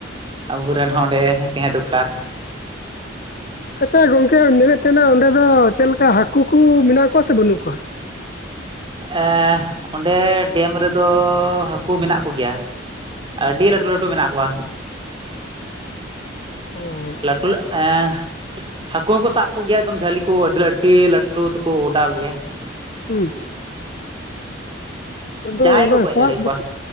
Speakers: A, on the right; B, on the left.
A: ᱟᱵᱚᱨᱮᱱ ᱦᱚᱸ ᱚᱸᱰᱮ ᱛᱟᱦᱮᱸ ᱫᱚᱨᱠᱟᱨ᱾
B: ᱟᱪᱷᱟ ᱜᱚᱝᱠᱮ ᱢᱮᱱᱮᱫ ᱛᱟᱦᱮᱱᱟ ᱚᱸᱰᱮ ᱫᱚ ᱪᱮᱫ ᱞᱮᱠᱟ ᱦᱟᱹᱠᱩ ᱠᱩ ᱢᱮᱱᱟᱜ ᱠᱚᱣᱟ ᱥᱮ ᱵᱟᱹᱱᱩᱜ ᱠᱚᱣᱟ?
A: ᱮᱸ ᱚᱸᱰᱮ ᱰᱮᱢ ᱨᱮᱫᱚ ᱦᱟᱹᱠᱩ ᱢᱮᱱᱟᱜ ᱠᱚᱜᱮᱭᱟ᱾ ᱟᱹᱰᱤ ᱞᱟᱹᱴᱩ ᱞᱟᱹᱴᱩ ᱢᱮᱱᱟᱜ ᱠᱚᱣᱟ᱾
B: ᱚ
A: ᱞᱟᱹᱴᱩ ᱞᱟ ᱟᱸ ᱦᱟᱹᱠᱩ ᱦᱚᱸᱠᱚ ᱥᱟᱵ ᱠᱚᱜᱮᱭᱟ ᱮᱠᱫᱚᱢ ᱡᱷᱟᱹᱞᱤ ᱠᱚ ᱟᱹᱰᱤ ᱞᱟᱹ ᱞᱟᱹᱴᱩ ᱛᱮᱠᱚ ᱚᱰᱟᱣ ᱜᱮᱭᱟ᱾
B: ᱦᱩᱸ ᱟᱫᱚ
A: ᱡᱟᱦᱟᱸᱭ
B: ᱚᱱᱟ
A: ᱠᱚ ᱜᱚᱡ
B: ᱥᱟᱵ
A: ᱫᱟᱲᱮ ᱟᱠᱚᱣᱟ
B: ᱵᱟᱠᱷ